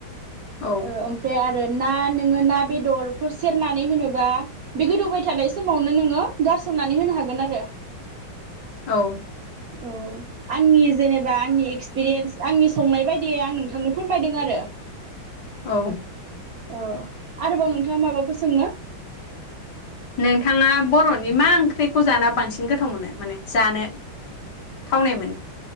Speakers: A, on the left (about 60°); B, on the right (about 65°).
A: औ
B: ओ ओमफ्राय आरो ना नोङो ना बेदरफोर सेरनानै होनोबा बे गोदौबाय थानाय समावनो नोङो गार मनानै होनो हागोन आरो।
A: औ
B: औ आंनि जेनेबा आंनि एक्सपिरियेन्स आंनि संनाय बायदियै आं नोंथांनो फोरमायदों आरो।
A: औ।
B: औ आरोबाव नोंथाङा माबाफोर सोंनो?
A: नोंथाङा बर'नि मा ओंख्रिखौ जाना बांसिन गोथाव मोनो माने जानो थावनाय मोनो?